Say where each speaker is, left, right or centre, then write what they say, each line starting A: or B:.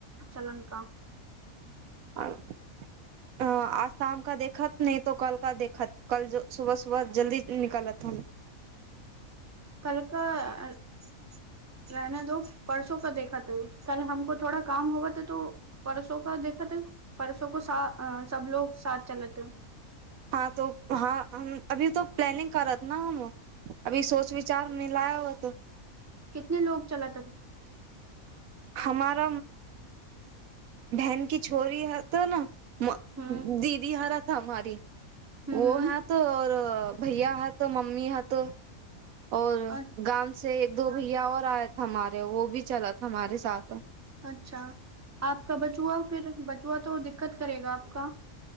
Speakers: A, on the right; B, on the right.
A: चलन क <unintelligible>
B: आर <unintelligible>
A: ह <inaudible>
B: आज शाम का देखत नहि तो कल का देखत कल ज सुबह सुबह जल्दी निकलत हम। <unintelligible>
A: कलका <unintelligible> रहना दो परसो क देखा तऽ कल हमको ोड़ा काम होबा तऽ तो <unintelligible> परसो का देखत त परसो को साथ सब लोग साथ चलेत ह <unintelligible>
B: हँ तो हँ हम अभी त प्लानिंग करत न हम। अभी सोच विचार मिलय हो तऽ।
A: कितने लोग चला त <unintelligible>
B: हमार बहन की छोरी ह त ने <unintelligible>
A: हम्म
B: दीदी हराथ हमी <unintelligible>
A: हम्म
B: वो है तऽ आऔर भैया है तऽ मम्मी है तऽ <unintelligible> और
A: हम्म
B: गाम से एक दो भैया और आयथ हमारे वो भी चलथ हमारे साथ <unintelligible>
A: अच्छा आपका बचुआ फिर बचुआ तो दिक्कत करेगा आपका <unintelligible>